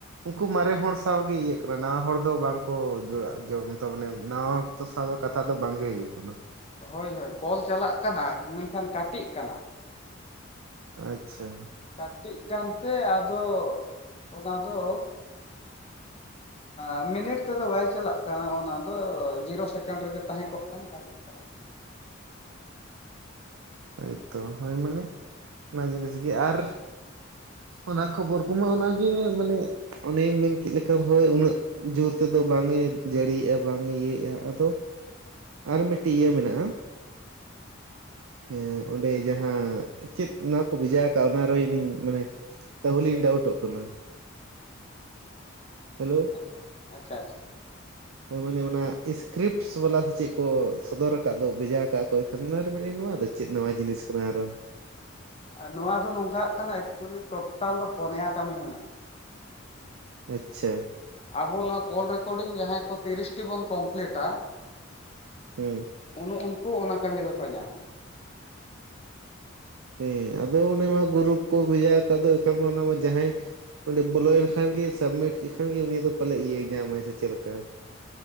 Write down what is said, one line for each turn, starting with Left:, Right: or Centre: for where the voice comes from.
Right: ᱩᱱᱠᱩ ᱢᱟᱨᱮ ᱦᱚᱲ ᱥᱟᱶ ᱜᱮ ᱤᱭᱟᱹᱜ ᱠᱟᱱᱟ ᱱᱟᱣᱟ ᱦᱚᱲ ᱫᱚ ᱵᱟᱝ ᱠᱚ ᱡᱚᱲᱟ ᱡᱚᱲ ᱛᱟ ᱢᱟᱱᱮ ᱱᱟᱣᱟ ᱛᱚ ᱥᱟᱶ ᱫᱚ ᱠᱟᱛᱷᱟ ᱫᱚ ᱵᱟᱝᱜᱮ ᱦᱩᱭᱩᱜ ᱠᱟᱱᱟ᱾
Left: ᱦᱳᱭ ᱦᱳᱭ ᱠᱚᱞ ᱪᱟᱞᱟᱜ ᱠᱟᱱᱟ ᱢᱮᱱᱠᱷᱟᱱ ᱠᱟᱴᱤᱜ ᱠᱟᱱᱟ᱾
Right: ᱟᱪ-ᱪᱷᱟ᱾
Left: ᱠᱟᱴᱤᱜ ᱠᱟᱱᱛᱮ ᱟᱫᱚ ᱚᱱᱟ ᱫᱚ ᱟᱸᱢᱤᱱᱤᱴ ᱛᱮᱫᱚ ᱵᱟᱭ ᱪᱟᱞᱟᱜ ᱠᱟᱱᱟ ᱚᱱᱟ ᱫᱚ, ᱡᱤᱨᱳ ᱥᱮᱠᱮᱱᱰ ᱨᱮᱜᱮ ᱛᱟᱦᱮᱸ ᱠᱚᱜ ᱠᱟᱱᱟ ᱠᱟᱹᱴᱤᱜ ᱠᱟᱱᱟ ᱾
Right: ᱦᱳᱭᱛᱚ ᱦᱳᱭ ᱢᱟᱱᱮ, ᱚᱱᱟ ᱡᱤᱱᱤᱥ ᱜᱮ ᱟᱨ ᱚᱱᱟ ᱠᱷᱚᱵᱚᱨ ᱠᱚᱢᱟ ᱚᱱᱟᱜᱮ, ᱢᱟᱱᱮ ᱚᱱᱮᱢ ᱢᱮᱱᱠᱮᱫ ᱞᱮ ᱞᱮᱠᱟ ᱦᱳᱭ ᱩᱱᱟᱹᱜ ᱡᱳᱨ ᱛᱮᱫᱚ ᱵᱟᱝᱮ ᱡᱟᱹᱲᱤᱭᱮᱫᱼᱟ, ᱵᱟᱝ ᱮ ᱤᱭᱟᱹᱭᱮᱫᱼᱟ ᱟᱫᱚ᱾ ᱟᱨ ᱢᱤᱫᱴᱤᱡ ᱤᱭᱟᱹ ᱢᱮᱱᱟᱜᱼᱟ᱾ ᱮᱸ ᱚᱸᱰᱮ ᱡᱟᱦᱟᱸ ᱪᱮᱫ ᱱᱚᱣᱟ ᱠᱚ ᱵᱷᱮᱡᱟ ᱠᱟᱜ-ᱟ, ᱚᱱᱟ ᱨᱮ ᱤᱧᱤᱧ ᱢᱟᱱᱮ ᱛᱟᱦᱚᱞᱮᱧ ᱰᱟᱣᱩᱴᱚᱜ ᱠᱟᱱᱟ᱾ ᱦᱮᱞᱳ
Left: ᱟᱪᱪᱷᱟ, ᱟᱪᱪᱷᱟ, ᱟᱪᱪᱷᱟ᱾
Right: ᱦᱳᱭ ᱢᱟᱱᱮ ᱚᱱᱟ ᱤᱥᱠᱨᱤᱯᱴ ᱥᱳᱞᱟ ᱥᱮ ᱪᱮᱫ ᱠᱚ ᱥᱚᱫᱚᱨ ᱠᱟᱫ ᱫᱚ, ᱵᱷᱮᱡᱟ ᱠᱟᱜᱼᱟ ᱠᱚ ᱤᱧ ᱠᱷᱟᱹᱱ ᱚᱱᱟᱨᱮ ᱢᱮᱱᱮᱧ ᱱᱚᱣᱟ ᱫᱚ ᱪᱮᱫ ᱱᱟᱣᱟ ᱡᱤᱱᱤᱥ ᱠᱟᱱᱟ ᱟᱨᱚ?
Left: ᱟᱨ ᱱᱚᱣᱟ ᱫᱚ ᱱᱚᱝᱠᱟᱜ ᱠᱟᱱᱟ, ᱮᱠᱪᱩᱭᱮᱞᱤ ᱴᱳᱴᱟᱞ ᱫᱚ ᱯᱚᱱᱭᱟ ᱠᱟᱹᱢᱤ ᱢᱮᱱᱟᱜᱼᱟ᱾
Right: ᱟᱪᱪᱷᱟ᱾
Left: ᱟᱵᱚ ᱱᱚᱣᱟ ᱠᱚᱞ ᱨᱮᱠᱚᱨᱰᱤᱝ ᱡᱟᱦᱟᱸᱭ ᱠᱚ, ᱛᱤᱨᱤᱥᱴᱤ ᱵᱚᱱ ᱠᱚᱢᱯᱞᱤᱴᱟ
Right: ᱦᱮᱸ
Left: ᱩᱱᱩ ᱩᱱᱠᱩ ᱚᱱᱟ ᱠᱟᱹᱢᱤ ᱫᱚᱠᱚ ᱧᱟᱢᱟ ᱾
Right: ᱦᱮᱸ ᱟᱫᱚ ᱚᱱᱮ ᱢᱟ ᱜᱩᱨᱩᱯ ᱠᱚ ᱵᱷᱮᱡᱟ ᱠᱟᱫ ᱫᱚ, ᱮᱱᱠᱷᱟᱱ ᱢᱟ ᱚᱱᱟ ᱢᱟ ᱡᱟᱦᱟᱸᱭ ᱚᱸᱰᱮ ᱵᱚᱞᱚᱭᱮᱱ ᱠᱷᱟᱱ ᱜᱮ ᱥᱟᱵᱢᱤᱴ ᱠᱮᱫ ᱠᱷᱟᱱ ᱜᱮ ᱩᱱᱤ ᱫᱚ, ᱯᱟᱞᱮ ᱤᱭᱟᱹᱭ ᱧᱟᱢᱟᱭ ᱥᱮ ᱪᱮᱫ ᱞᱮᱠᱟ?